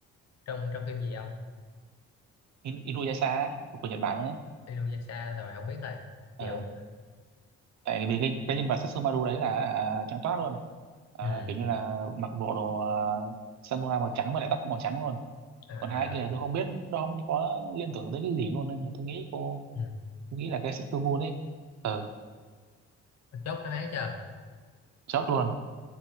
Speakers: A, on the left; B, on the right.
A: trong trong phim gì không
B: In Inuyasha ấy, của Nhật Bản đấy
A: Inuyasha rồi không biết rồi
B: ờ,
A: chịu
B: tại vì cái, cái nhân vật Setsumaru đấy là à, trắng toát luôn à,
A: ừ.
B: kiểu như là mặc bộ đồ à, samurai màu trắng và lại tóc cũng màu trắng luôn
A: à
B: còn hai cái kia là tôi không biết nó không có liên tưởng tới cái gì luôn nên là tôi nghĩ cô
A: ừ.
B: tôi nghĩ là cái Setsumaru ấy Ờ,
A: chốt đáp án chưa
B: chốt luôn